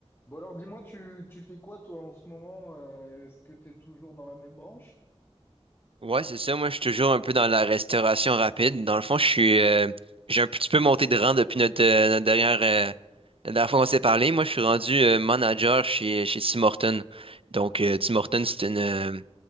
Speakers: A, on the left (about 20°); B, on the right (about 60°).
A: Bon alors dis-moi, tu, tu fais quoi toi en ce moment? euh, est-ce que t'es toujours dans la même branche?
B: Ouais, c'est ça. Moi, je suis toujours un peu dans la restauration rapide. Dans le fond, je suis, euh, j'ai un petit peu monté de rang depuis notre, euh, notre dernière, euh, la dernière fois qu'on s'est parlé. Moi, je suis rendu euh, manager chez, chez Tim Hortons. Donc, euh, Tim Hortons, c'est une, euh,